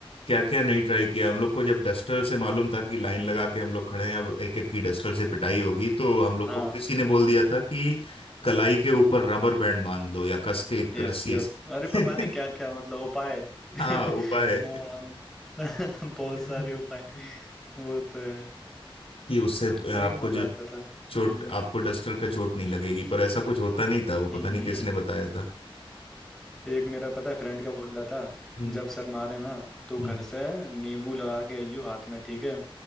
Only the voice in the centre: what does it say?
हाँ
हम्म
Yes
yes
अरे पता नहीं क्या क्या
मतलब उपाय <laughs>
हाँ <laughs> बहुत
सारे उपाय वो तो है
अलग
ही मजा
आता था हम्म
हम्म
हम्म।
एक मेरा पता है फ्रेंड क्या बोल रहा था
जब सर मारे ना तो घर
से नींबू लगा के आइयो हाथ में ठीक है